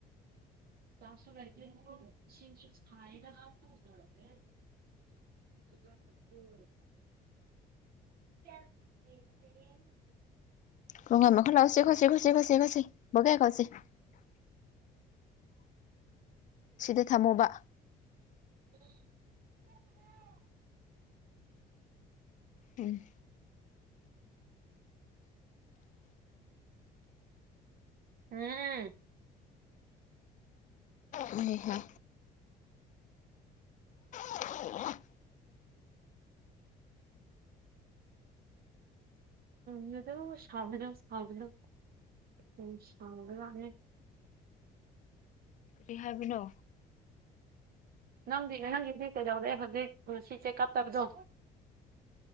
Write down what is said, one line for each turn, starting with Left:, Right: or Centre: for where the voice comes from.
Right: ꯆꯥꯁꯨ ꯂꯩꯇꯦ ꯏꯁꯤꯡꯁꯨ ꯁꯥꯏꯌꯦꯗꯥ <unintelligible> <unintelligible>
Left: <unintelligible> ꯁꯤꯗ ꯊꯝꯃꯣꯕ
Right: <unintelligible>
Left: ꯎꯝ
Right: ꯎꯝ ꯎꯝ
Left: ꯍꯩꯍꯥ <inaudible>
Right: ꯅꯗꯨ ꯁꯥꯎꯕꯗꯣ ꯁꯥꯎꯕꯗꯣ ꯌꯥꯝ ꯁꯥꯎꯒ꯭ꯔꯖꯥꯠꯅꯦ
Left: ꯀꯔꯤ ꯍꯥꯏꯕꯅꯣ
Right: ꯅꯪꯗꯤ ꯅꯪꯒꯤꯗꯤ ꯀꯩꯗꯧꯔꯦ ꯍꯧꯖꯤꯛ ꯉꯁꯤ ꯆꯦꯀꯞ ꯇꯕꯗꯣ